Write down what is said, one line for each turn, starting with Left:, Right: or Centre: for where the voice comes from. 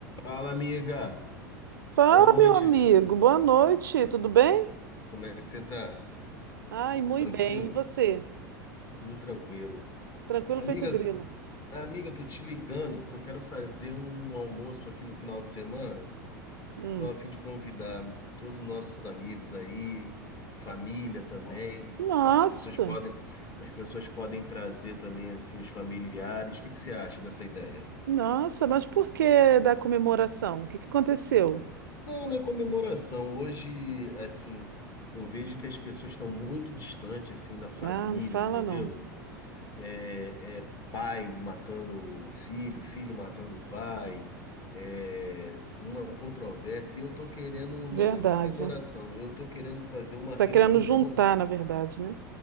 Left: Fala, amiga.
Right: Fala,
Left: Boa noite.
Right: meu amigo. Boa noite. Tudo bem?
Left: Como é que você tá?
Right: Ai, muito
Left: Tranquilo?
Right: bem. E você?
Left: Tudo tranquilo.
Right: Tranquilo
Left: Amiga,
Right: feito grilo.
Left: amiga, tô te ligando que eu quero fazer um almoço aqui no final de semana.
Right: Hum.
Left: Tô a fim de convidar todos os nossos amigos aí, família também.
Right: Nossa,
Left: As pessoas podem, as pessoas podem trazer também assim os familiares. O que que você acha dessa ideia?
Right: nossa, mas por que da comemoração? O que que aconteceu?
Left: Não, não é comemoração. Hoje, assim, eu vejo que as pessoas estão muito distantes assim da família,
Right: Ah, não fala
Left: entendeu?
Right: não.
Left: é, é pai matando um filho, filho matando pai, é uma controvérsia. E Eu tô querendo, não
Right: Verdade.
Left: é comemoração, eu tô querendo fazer uma
Right: Tá
Left: reunião.
Right: querendo juntar, na verdade, né?